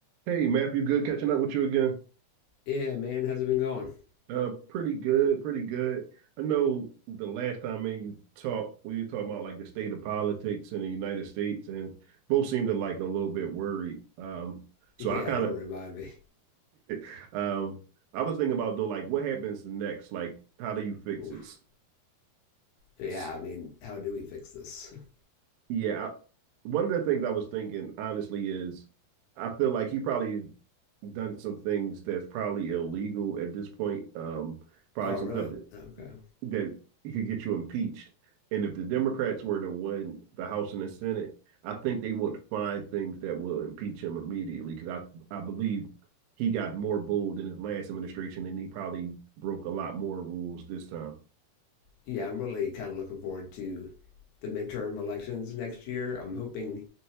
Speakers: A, on the right; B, on the left.
A: Hey, Matthew, good catching up with you again.
B: Yeah, man, how's it been going? <laughs>
A: Uh, pretty good, pretty good. I know the last time me and you talked, we were talking about like the state of politics in the United States, and both seemed to like a little bit worried. Um, so
B: Yeah,
A: I kind
B: don't
A: of,
B: remind me.
A: <laughs> um, I was thinking about though, like what happens next? Like, how do you fix
B: Oof.
A: it? S-
B: Yeah,
A: s-
B: I mean, how do we fix this? <laughs>
A: Yeah, I- one of the things I was thinking honestly is, I feel like he probably done some things that's probably illegal at this point. Um, probably
B: Oh,
A: some
B: really?
A: stuff.
B: Okay.
A: that it could get you impeached. And if the Democrats were to win the House and the Senate, I think they would find things that will impeach him immediately because I, I believe he got more bold in his last administration and he probably broke a lot more rules this time.
B: Yeah, I'm really kind of looking forward to the midterm elections next year. I'm hoping